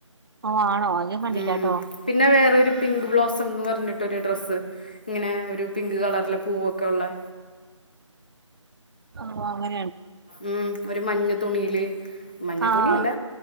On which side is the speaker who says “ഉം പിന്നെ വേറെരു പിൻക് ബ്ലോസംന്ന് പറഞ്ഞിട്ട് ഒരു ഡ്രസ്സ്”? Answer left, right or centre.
Left